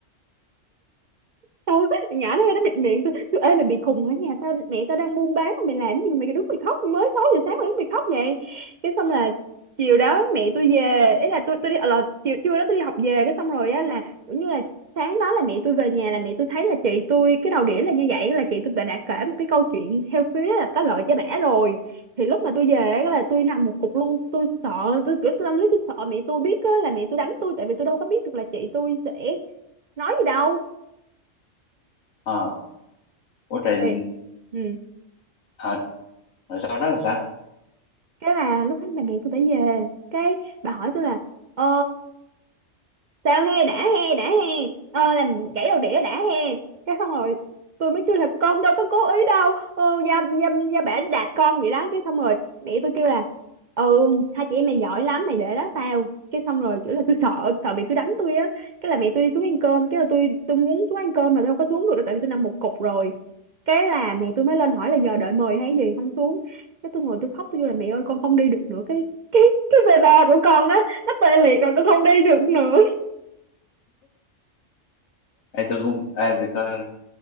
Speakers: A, on the right; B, on the left.
A: tao nhỏ nó nó bịt miệng tôi tôi ê mày bị khùng hả nhà tao mẹ tao đang buôn bán mà mày làm gì mà mày đứng mày khóc mới 6 giờ sáng mày đứng mày khóc vậy cái xong là chiều đó mẹ tôi về ý là tôi tôi đi ờ, là chiều trưa đó tôi đi học về cái xong rồi á là cũng như là sáng đó là mẹ tôi về nhà là mẹ tôi thấy là chị tôi cái đầu đĩa là như vậy là chị tôi đã, đã kể một cái câu chuyện theo phía là có lợi cho bả rồi thì lúc mà tôi về á là tôi nằm một cục luôn tôi sợ tôi kiểu tôi tâm lý tôi sợ mẹ tôi biết á là mẹ tôi đánh tôi tại vì tôi đâu có biết được là chị tôi sẽ nói gì đâu
B: <laughs> ờ ủa rồi
A: thì ừ.
B: à, rồi sau đó là sao
A: cái là lúc hết bạn bè tôi phải về cái bà hỏi tôi là ờ, sao he đã he đã he ờ, làm gãy đầu đĩa đã he cái xong rồi tôi mới kêu là con đâu có cố ý đâu ờ, gia gia gia bả đạp con vậy đó cái xong rồi mẹ tôi kêu là ừ hai chị em mày giỏi lắm mày để đó tao cái xong rồi kiểu là tôi sợ sợ bị tôi đánh tôi á cái là mẹ tôi đi xuống ăn cơm cái là tôi tôi muốn xuống ăn cơm mà tôi đâu có xuống được đâu, tại vì tôi nằm một cục rồi cái là mẹ tôi mới lên hỏi là giờ đợi mời hay gì không xuống cái tôi ngồi tôi khóc tôi kêu là mẹ ơi con không đi được nữa cái cái cái về bà của con đó nó tê liệt rồi con không đi được nữa
B: Ê, tôi cũng ê, tôi coi